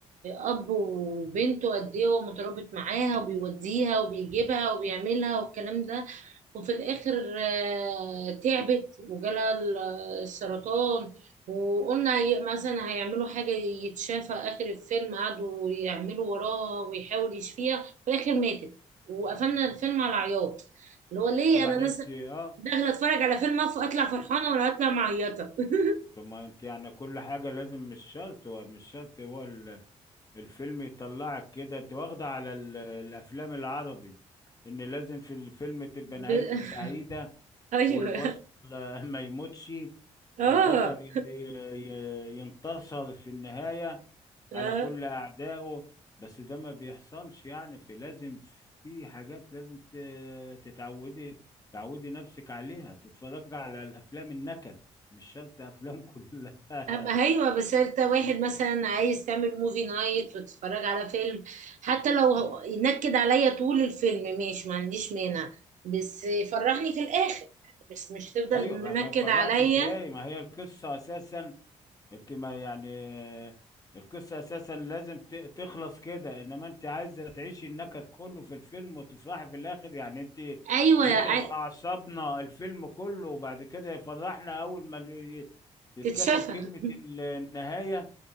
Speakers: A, on the right; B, on the left.
A: أب وبنته قد إيه هو مترابط معاها وبيوديها وبيجيبها وبيعملها والكلام ده وفي الآخر آه، تعبت وجالها ال- السرطان وقلنا هي- مثلا هيعملوا حاجة يتشافى آخر الفيلم قعدوا يعملوا وراها ويحاول يشفيها في الآخر ماتت وقفلنا الفيلم على عياط اللي هو ليه
B: طبعا
A: أنا نازلة
B: انت اه
A: داخلة أتفرج على فيلم أف- أطلع فرحانة ولا أطلع معيطة <laughs>
B: طب ما انت يعني كل حاجه لازم مش شرط هو مش شرط هو ال- الفيلم يطلعك كده انت واخده على ال- الافلام العربي ان لازم في الفيلم تبقى نهايته
A: ب... <laughs>
B: سعيده
A: أيوه
B: والبطل <laughs> ما يموتش
A: آه
B: والبطل ي- ي- ينتصر في النهايه
A: آه.
B: على كل أعدائه بس ده ما بيحصلش يعني في لازم في حاجات لازم ت- تتعودي تعودي نفسك عليها تتفرج على الأفلام النكد مش شرط أفلام كلها <laughs>
A: أما أيوة بس أنت واحد مثلا عايز تعمل موفي نايت وتتفرج على فيلم حتى لو هو- ينكد عليا طول الفيلم ماشي ما عنديش مانع بس فرحني في الآخر بس مش تفضل
B: أيوة بقى
A: منكد
B: ما يفرحك
A: عليا
B: إزاي ما هي القصة أساسا يمكن ما يعني القصة أساسا لازم ت- تخلص كده إنما أنت عايزة تعيشي النكد كله في الفيلم وتفرحي في الآخر يعني أنت
A: أيوة
B: يتعب
A: ع-
B: أعصابنا الفيلم كله وبعد كده يفرحنا أول ما ال- تتكتب
A: تتشافى
B: كلمة
A: <laughs>
B: ال- النهاية